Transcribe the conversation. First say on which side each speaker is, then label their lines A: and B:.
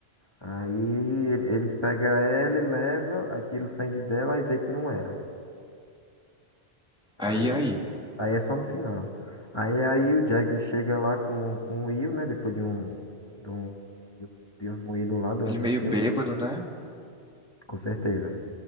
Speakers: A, on the left; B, in the centre.
A: Aí ele- eles pegam ela e leva, aí tira o sangue dela e vê que não era.
B: Aí,
A: Aí,
B: aí.
A: aí é só no final. Aí, aí o Jack chega lá com, com o Will, né? Depois de um, de um, de um moído lá durante
B: Ele meio
A: o filme,
B: bêbado,
A: né?
B: né?
A: Com certeza.